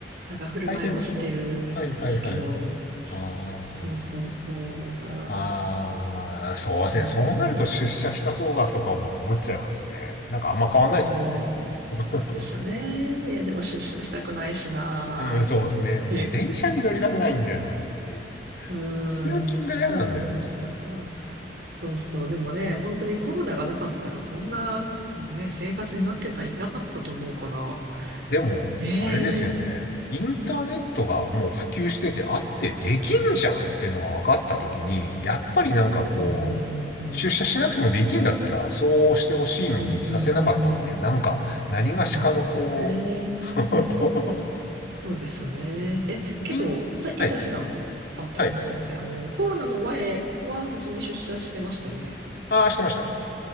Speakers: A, on the right; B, on the left.
A: なんか振る舞いをしてるんですけど、
B: 大変そう。はいはいはい。あー、
A: そうそうそう。だから、
B: あー、そうですね。
A: うーん、
B: そうなると出社した方がとかも思っちゃいますね。なんかあんま変わんないですもんね。
A: そうなんですよね。
B: <laughs>
A: いや、でも出社したくないしな。
B: うん、そうですね。もう電車に乗りたくないんだよなっていう。
A: え、う
B: 通勤が嫌なんだよな
A: ーん、そうなんですよな。そうそう。でもね、本当にコロナがなかったら、こんな、ね、生活になってた、なかったと思うから、
B: でも、
A: ねえ、
B: あれですよね。インターネットがもう普及しててあってできんじゃんっていうのが分かったときに、やっぱりなんかこう、
A: うんうんうん
B: 出社しなくてもできんだったら、そうしてほしいのにさせなかったって、
A: うん、うんうんうんうん、
B: なんか、何がしかのこう、
A: まあね。
B: <laughs>
A: そうですよね。え、
B: 人、
A: けど、たいたしさん、
B: はい、
A: あ、とごめんすいません。
B: はい。
A: あの、コロナの前は普通に出社してましたよね。
B: ああ、してました。